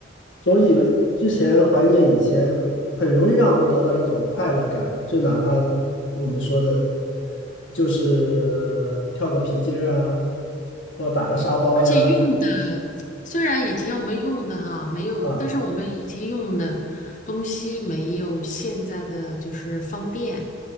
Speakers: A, on the left; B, on the left.
A: 总以为之前怀念以前，很容易让我们得到一种快乐感，就哪怕我们说的，就是跳个皮筋儿啊，或打个沙包呀，
B: 对，而且用的虽然以前我们用的哈没有，
A: 啊，
B: 但是我们以前用的东西没有现在的就是方便。